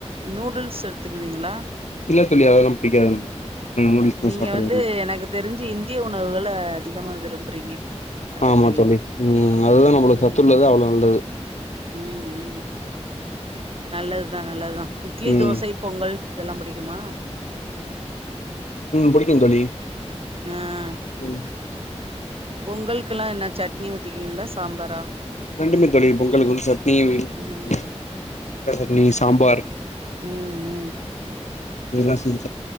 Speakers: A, on the right; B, on the left.
A: நூடுல்ஸ் எடுத்துக்குவீங்ளா
B: இல்ல தோழி அதெல்லா பிடிக்காது எனக்கு ம் நூடுல்ஸ்லா
A: நீங்க
B: சாப்பட்றதில்ல
A: வந்து எனக்கு தெரிஞ்சு இந்திய உணவுகள அதிகமா விரும்புறீங்க நல்லா
B: ஆமா
A: தெரியுது
B: தோழி ம் அதுதா
A: ம்
B: நம்மளுக்கு சத்துள்ளது அவ்ளோ நல்லது
A: ம் ம் நல்லதுதா நல்லதா இட்லி
B: ம்
A: தோச பொங்கல் இதெல்லா புடிக்குமா
B: ம் புடிக்கு தோழி
A: ஆ
B: ம்
A: பொங்கலுக்கெல்லா என்ன சட்னி ஊத்திக்கிவீங்ளா சாம்பாரா
B: இரண்டுமே தோழி பொங்கலுக்கு வந்து சட்னியு வேணு
A: ம்
B: தேங்கா சட்னி சாம்பார்
A: ம் ம்
B: இதெல்லா செஞ்